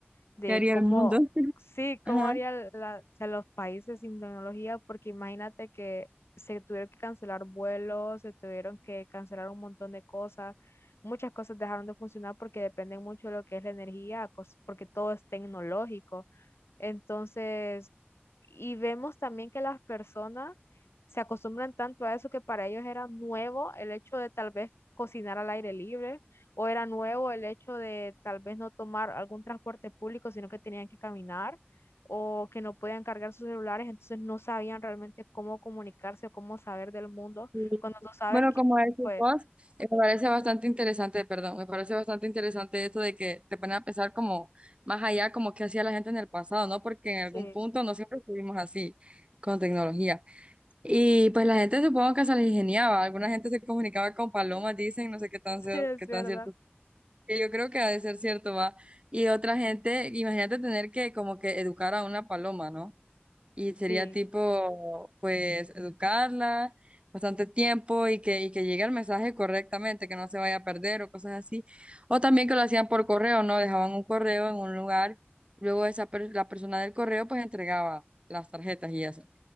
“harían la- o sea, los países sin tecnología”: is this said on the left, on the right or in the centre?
Left